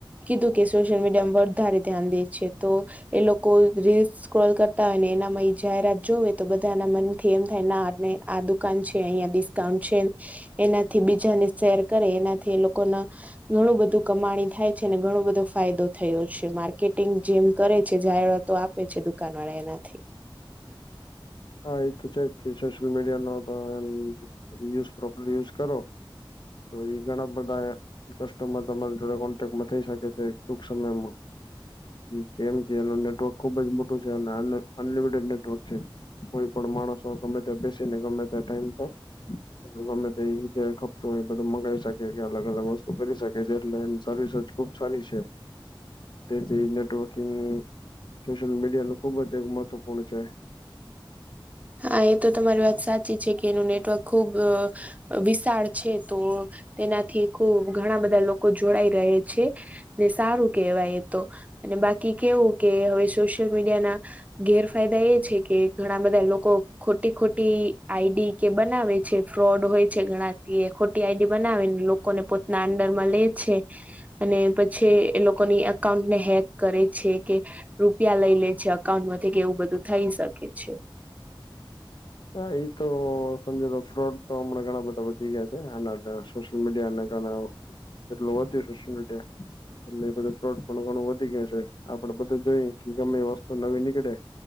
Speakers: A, on the right; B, on the left.
A: કીધું કે સોશિયલ મીડિયામાં વધારે ધ્યાન દે છે તો એ લોકો રીલ્સ સ્ક્રોલ કરતા હોય ને એનામાં જાહેરાત જોવે તો બધાના મનથી એમ થાય ના આ દુકાન છે અહીંયા દીશ કાઉન્ટ છે એનાથી બીજાને શેર કરે એનાથી એ લોકોના ઘણું બધું કમાણી થાય છેને ઘણું બધું ફાયદો થયો છે માર્કેટિંગ જેમ કરે છે જાહેરાતો આપે છે દુકાન વાળા એનાથી.
B: હા, એ તો છે જ કે સોશિયલ મીડિયા નો તો એમ યુઝ પ્રોપરલી યુઝ કરો તો એ ઘણા બધા કસ્ટમર તમારી જોડે કોન્ટેક્ટમાં થઈ શકે છે ટૂંક સમયમાં. કી કેમ કે એનો નેટવર્ક ખુબ જ મોટું છે અને અનલિમિટેડ નેટવર્ક છે. કોઈ પણ માણસ ગમે ત્યાં બેસી ને ગમે ત્યા ટાઈમ પર ગમે તે જે ખપત હોય એ બધું મગાવી શકે કે અલગ અલગ વસ્તુ કરી શકે છે એટલે એ ની સર્વિસ અજ ખુબ સારી છે. તેથી નેટવર્કિંગ સોશિયલ મીડિયા નો ખુબ જ એક મહત્વપૂર્ણ છે.
A: હા એ તો તમારી વાત સાચી છે કે એનું નેટવર્ક ખુબ અહ અહ વિશાળ છે તો તેનાથી ખુબ ઘણા બધા લોકો જોડાઈ રહે છે. ને સારું કેહેવાય એ તો. અને બાકી કેવું કે હવે સોશિયલ મીડિયા ના ગેરફાયદા એ છે કે ઘણા બધા લો કો ખોટી ખોટી આઈ ડી કે બનાવે છે ફ્રોડ હોય છે ઘણા તે ખોટી આઈ ડી બનાવીને લોકોને પોતના અંડર માં લે છે. અને પછી એ લોકોની અકાઉન્ટને હેક કરે છે કે રૂપિયા લઈ લે છે અકાઉન્ટ માંથી કે એવું બધું થઈ શકે છે.
B: હા એ તો સમજો તો ફ્રોડ તો હમણાં ઘણા બધા વધી ગયા છે આના <unintelligible> સોશિયલ મીડિયાને ક <unintelligible> એટલું વધી સોશિયલ મીડિયા એટલે એ ફ્રોડ ઘણું વધી ગય છે. આપડે બધું જોઈ કે ગમે વસ્તુ નવી નીકળે